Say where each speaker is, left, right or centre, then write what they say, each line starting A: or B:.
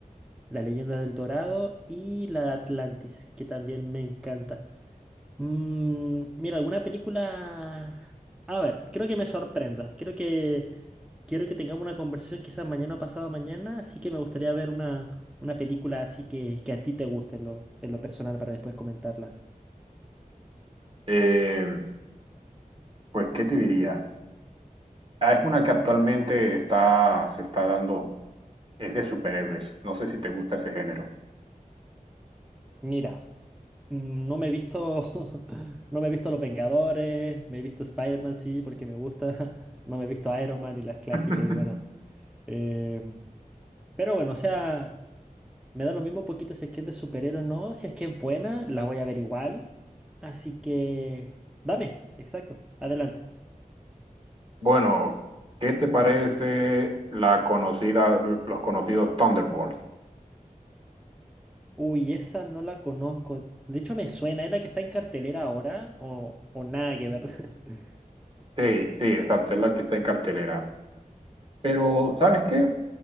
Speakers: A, in the centre; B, on the right.
A: la leyenda del Dorado y la de Atlantis, que también me encanta. Mm, mira, alguna película... A ver, creo que me sorprenda. Creo que quiero que tengamos una conversación quizás mañana o pasado mañana, así que me gustaría ver una, una película así que, que a ti te guste en lo, en lo personal para después comentarla.
B: Eh, pues, ¿qué te diría? Ah, es una que actualmente está, se está dando, es de superhéroes. No sé si te gusta ese género.
A: Mira, mm, no me he visto, <laughs> no me he visto Los Vengadores, me he visto Spider-Man, sí, porque me gusta, <laughs> no me he visto Iron Man y las clásicas
B: <laughs>
A: y bueno. em, pero bueno, o sea, me da lo mismo poquito si es que es de superhéroe o no, si es que es buena, la voy a ver igual. Así que, dame, exacto, adelante.
B: Bueno, ¿qué te parece la conocida, los conocidos Thunderbolts?
A: Uy, esa no la conozco. De hecho, me suena. ¿Es la que está en cartelera ahora? O, o nada que ver. <laughs>
B: Sí, sí, exacto, es la que está en cartelera. Pero, ¿sabes qué?